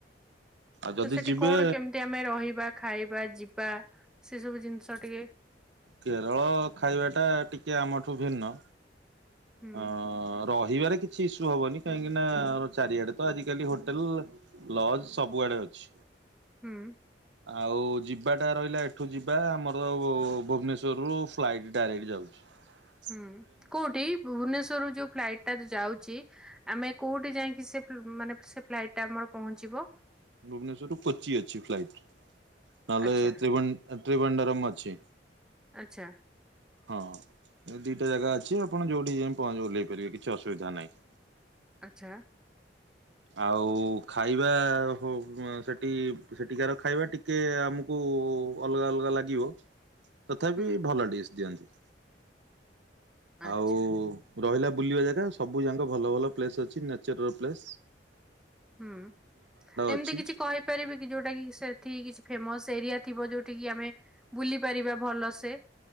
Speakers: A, on the right (about 80°); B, in the centre.
A: ଆଉ ଯଦି
B: ତ ସେଠି
A: ଯିବେ
B: କଣ କେମିତି ଆମେ ରହିବା ଖାଇବା ଯିବା ସେ ସବୁ ଜିନିଷ ଟିକେ?
A: କେରଳ ଖାଇବାଟା ଟିକେ ଆମଠୁ ଭିନ୍ନ।
B: ହୁଁ
A: ଅ ରହିବାରେ କିଛି ଇସ୍ୟୁ ହବନି, କାହିଁକି ନା ଚାରିଆଡେ ତ ଆଜିକାଲି ହୋଟେଲ ଲଜ ସବୁଆଡେ ଅଛି।
B: ହୁଁ।
A: ଆଉ ଯିବାଟା ରହିଲା ଏଠୁ ଯିବା ଆମର ଭୁବନେଶ୍ୱରରୁ ଫ୍ଲାଇଟ୍ ଡାଇରେକ୍ଟ ଯାଉ ହ
B: ହୁଁ କୋଉଠି ଭୁବନେଶ୍ରରୁୁ ଯୋଉ ଫ୍ଲାଇଟ ଟା ଯାଉଛି ଆମେ କୋଉଠି ଯାଇକି ସେ ମାନେ ସେ ଫ୍ଲାଇଟ୍ଟା ଆମର ପହଞ୍ଚିବ?
A: ଭୁବନେଶ୍ୱର ରୁ କୋପଚି ଅଛି ଫ୍ଲାଇଟ୍ ନହେଲେ୍ର
B: ଆଚ୍ଛା
A: ତ୍ରି ତ୍ରିଭରମ୍ ଅଛି।
B: ଆଚ୍ଛା।
A: ହଁ ଏ ଦୁଇଟା ଜାଗା ଅଛି ଆପଣ ଯଉଁଠି ଯାଇ ଓହଲାଇ ପାରିବେ କିଛି ଅସୁବିଧା ନାହିଁ।
B: ଆଚ୍ଛା।
A: ଆଉ ଖାଇବା ହ ସେଠି ସେଠିକାର ଖାଇବା ଟିକ ଟିକେ ଆମକୁ ଅଲଗା ଅଲଗା ଲାଗିବ। ତଥାପି
B: ହୁଁ
A: ଭଲ ଡସ୍ ଦିଅନ୍ତି।
B: ଆଚ୍ଛା
A: ଆଉ ରହିଲା ବୁଲିବା ଜାଗା ସବୁ ଯାକ ଭଲ ଭଲ ପ୍ଲେସ ଅଛି ନେଚର ପ୍ଲେସ।
B: ହୁଁ ଏମିତି
A: ଅଛି
B: କିଛି କହ ହେଇ ପାରିବକି ଯୋଉଟା କି ସେଠ କିଛି ଫେମସ ଏରିଆ ଥିବ ଯୋଉଠ କି ଆମେ ବୁଲି ପାରିବା ଭଲସେ।